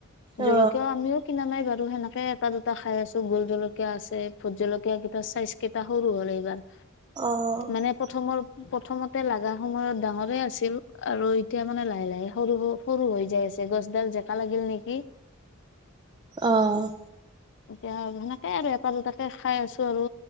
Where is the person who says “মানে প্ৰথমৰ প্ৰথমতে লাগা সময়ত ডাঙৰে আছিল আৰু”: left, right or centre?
Left